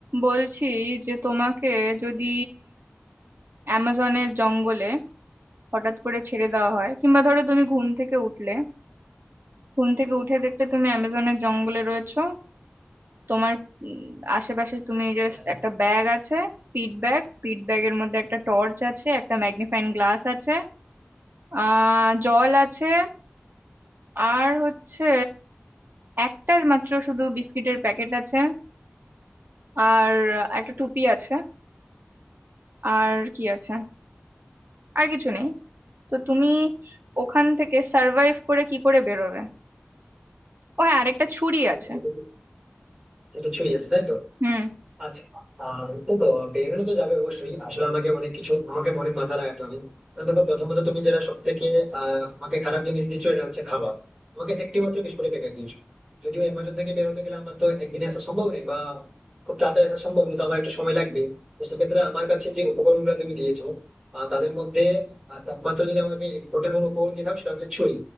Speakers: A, on the right (about 60°); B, on the right (about 25°).
A: বলছি যে তোমাকে যদি অ্যামাজনের জঙ্গলে হঠাৎ করে ছেড়ে দেওয়া হয় কিংবা ধরো তুমি ঘুম থেকে উঠলে ঘুম থেকে উঠে দেখতে তুমি অ্যামাজনের জঙ্গলে রয়েছো তোমার উম, আশেপাশে তুমি
B: আচ্ছা,
A: জাস্ট একটা ব্যাগ আছে পিট ব্যাগ পিট ব্যাগের মধ্যে একটা টর্চ আছে একটা ম্যাগনিফাইং গ্লাস আছে আহ জল আছে আর হচ্ছে একটা মাত্র শুধু বিস্কিটের প্যাকেট আছে আর একটা টুপি আছে আর কি আছে আর কিছু নেই তো তুমি ওখান থেকে সার্ভাইভ করে কি করে বেরোবে ও হ্যাঁ আরেকটা ছুরি
B: সেটাই
A: আছে
B: তো, সেটা ছুঁয়ে যাচ্ছে তাই তো
A: হুম
B: আচ্ছা আহ দেখো বেরোনো তো যাবে অবশ্যই আসলে আমাকে অনেক কিছু আমাকে অনেক মাথা লাগাতে হবে কারণ দেখো প্রথমত তুমি যেটা সব থেকে আহ আমাকে খারাপ জিনিস দিচ্ছ এটা হচ্ছে খাবার আমাকে একটি মাত্র বিস্কুটের প্যাকেট দিয়েছো যদিও অ্যামাজন থেকে বেরোতে গেলে আমার তো একদিনে আসা সম্ভব নেই বা খুব তাড়াতাড়ি আসা সম্ভব নয় তো আমার একটু সময় লাগবে তো সেক্ষেত্রে আমার কাছে যে উপকরণগুলো তুমি দিয়েছো আহ তাদের মধ্যে আহ, একমাত্র যদি আমাকে ইম্পর্টেন্ট কোনো উপকরণ দিয়ে দাও সেটা হচ্ছে ছুরি